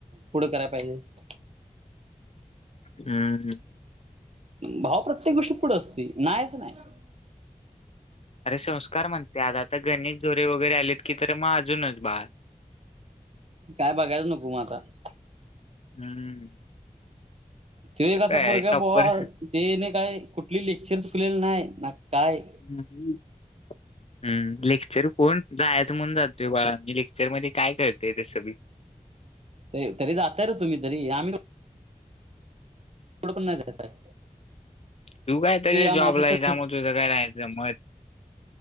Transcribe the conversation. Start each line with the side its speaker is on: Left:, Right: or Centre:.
Right: पुढं करायला पाहिजे <unintelligible>
Left: हम्म हम <unintelligible>
Right: भाऊ प्रत्येक गोष्टीत पुढं असते नाहीच नाही <unintelligible>
Left: अरे संस्कार म्हणते आता आता गणेश झोरे वगैरे आलेत की तर मग अजूनच बा <unintelligible>
Right: काय बघायचं नको मग आता <unintelligible>
Left: हम्म <unintelligible>
Right: ते एक अस
Left: काय
Right: पोरग आहे
Left: टॉपर
Right: बुवा तेने काय कुठली लेक्चर बसलेले नाही ना काय.
Left: हम्. हम्म, लेक्चर कोण जायचं म्हणून जातय. बाळा लेक्चर मध्ये काय कळतेय तसं बी.
Right: व्हय. तरी जाताय ना तुम्ही तरी, आम्ही थोडं पण नाही जात आहे.
Left: तू काय तरी जॉबला
Right: अमावस्येच्या
Left: आहेस. त्यामुळे तुझ काय नाही मत